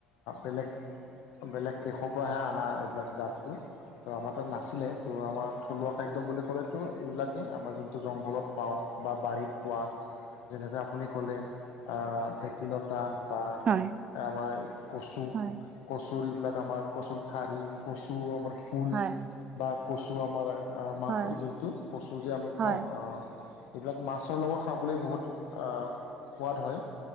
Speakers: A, on the left (about 65°); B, on the right (about 40°).
A: বেলেগ বেলেগ দেশৰ পৰাহে অনা এইবিলাক জাতটো। ত' আমাৰ তাত নাছিলে ত' আমাৰ থলুৱা খাদ্য বুলি ক'লেতো এইবিলাকেই আমাৰ যোনটো জংঘলত পাওঁ। বা বাৰীত পোৱা যেনেকৈ আপুনি ক'লে ভেটিলতা বা
B: হয়।
A: এ' আমাৰ কচু
B: হয়
A: - কচুৰ এইবিলাক আমাৰ কচুৰ ঠাৰি কচু আমাৰ ফুল
B: হয়
A: বা কচু আমাৰ ম
B: হয়
A: যোনটো কচু যে আলি খাওঁ।
B: হয়
A: এইবিলাক মাছৰ লগত খাবলৈ বহুত সোৱাদ হয়